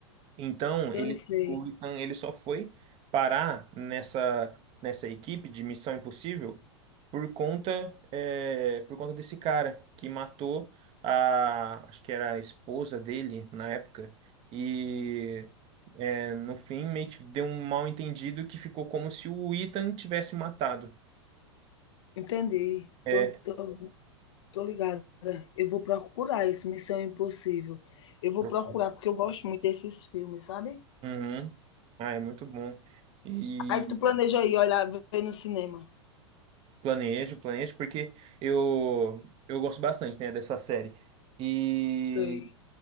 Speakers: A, on the right; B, on the left.
A: Então,
B: Sei,
A: ele,
B: sei.
A: o Ethan, ele só foi parar nessa, nessa equipe de Missão Impossível por conta, é, por conta desse cara que matou a, acho que era a esposa dele na época. E é, no fim, meio que deu um mal entendido que ficou como se o Ethan tivesse matado.
B: Entendi.
A: É.
B: Tô, tô Tô ligada. Eu vou procurar esse Missão Impossível. Eu vou
A: Procure.
B: procurar, porque eu gosto muito desses filmes, sabe?
A: Uhum. Ah, é muito bom. e
B: Aí tu planeja aí, olha, ver no cinema.
A: Planejo, planejo, porque eu, eu gosto bastante, né, dessa série. E
B: Sei,